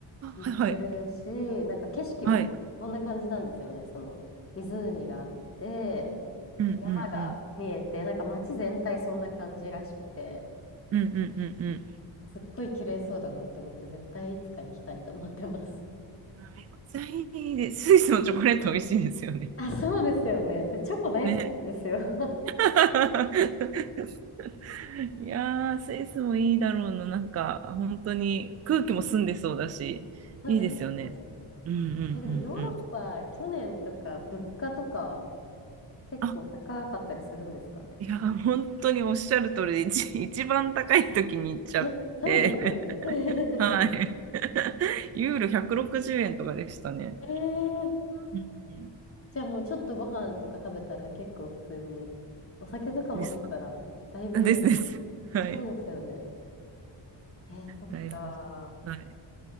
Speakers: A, on the left; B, on the right.
A: 言ってるし、
B: あ、はいはい。
A: なんか景色もこんな感じなんですよね。
B: はい。
A: その湖があって、
B: うんうんうん。
A: 山が見えて、なんか街全体そんな感じらしくて、
B: うんうんうんうん。
A: すっごい綺麗そうだなって思って、絶対いつか行きたいと思ってます。
B: めっちゃいいです。スイスのチョコレート美味しいですよね。
A: あ、そうですよね。で、チョコ大好きなんですよ。
B: ね。
A: <laughs>
B: <laughs> いやー、スイスもいいだろうな。なんか、本当に空気も澄んでそうだし、
A: そうですよね。
B: いいですよね。うんうんうんうん。
A: え、でもヨーロッパ、去年とか物価とか結構高かったりするんですかね。
B: あ、いやー、本当におっしゃる通りで、一一番高い時に行っちゃって、
A: え、そうですよね。
B: <laughs> はい。<laughs> ユーロ160円とかでしたね。
A: <laughs> えー、
B: うん
A: じゃあもうちょっとご飯とか食べたら結構普通に、お酒とかも飲んだら、
B: です。
A: だいぶ、
B: ですです。はい。
A: そうですよね。えー、そっか
B: だいぶ。はい。